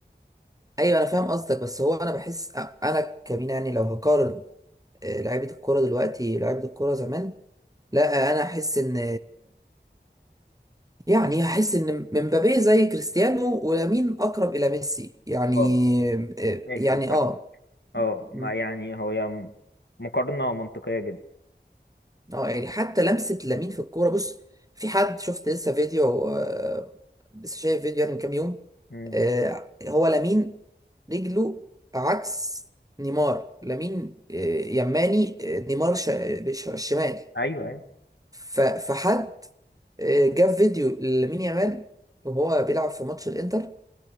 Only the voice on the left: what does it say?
اه
ماشي
فاهمة
اه ما
يعني هو يا مقارنة منطقية جدا
مم.
ايوه ايوه